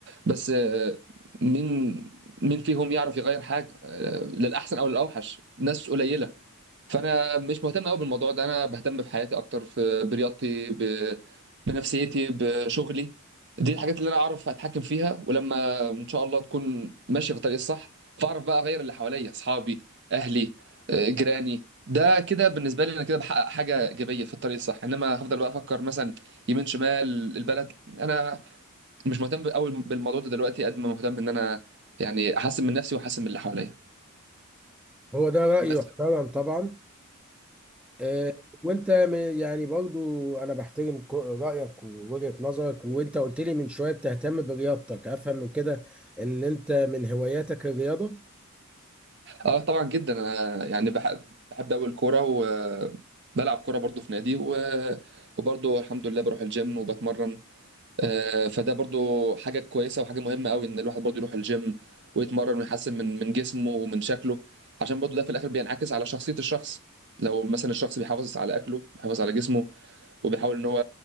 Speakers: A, on the right; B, in the centre.
A: بس آه، مين مين فيهم يعرف يغير حاجه آه، للاحسن او للاوحش ناس قليله فانا مش مهتم قوي بالموضوع ده انا بهتم بحياتي اكتر في برياضتي ب... بنفسيتي بشغلي دي الحاجات اللي انا اعرف اتحكم فيها ولما ان شاء الله تكون ماشيه في الطريق الصح فاعرف بقى اغير اللي حواليا اصحابي اهلي آه، جيراني ده كده بالنسبه لي انا كده بحقق حاجه ايجابيه في الطريق الصح انما هفضل بقى افكر مثلا يمين شمال البلد انا مش مهتم قوي بالموضوع ده دلوقتي قد ما مهتم ان انا يعني احسن من نفسي واحسن من اللي حواليا
B: هو ده راي
A: بس
B: يحترم طبعا آه، وانت م- يعني برضو انا بحترم ك- رايك ووجهه نظرك وانت قلت لي من شويه بتهتم برياضتك افهم من كده ان انت من هواياتك الرياضه
A: اه طبعا جدا انا يعني بحب بحب قوي الكوره وبلعب كوره برضو في نادي و... وبرضو الحمد لله بروح الجيم وبتمرن آه، فده برضو حاجه كويسه وحاجه مهمه قوي ان الواحد برضو يروح الجيم ويتمرن ويحسن من من جسمه ومن شكله عشان برضو ده في الاخر بينعكس على شخصيه الشخص لو مثلا الشخص بيحافظ على اكله بيحافظ على جسمه وبيحاول ان هو